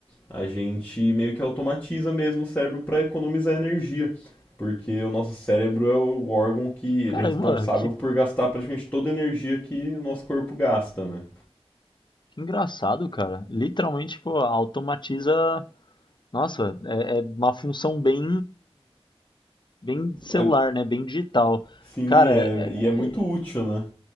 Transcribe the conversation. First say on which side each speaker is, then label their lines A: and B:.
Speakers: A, on the left (about 15°); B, on the left (about 45°).
A: a gente meio que automatiza mesmo o cérebro para economizar energia, porque o nosso cérebro é o órgão que ele
B: Cara,
A: é responsável
B: e, mano, que,
A: por gastar praticamente toda a energia que o nosso corpo gasta, né?
B: que engraçado, cara. Literalmente, tipo, automatiza. Nossa, é, é uma função bem, bem celular,
A: É
B: né? Bem digital.
A: Sim,
B: Cara,
A: é,
B: é-
A: e é muito
B: é-
A: útil, né?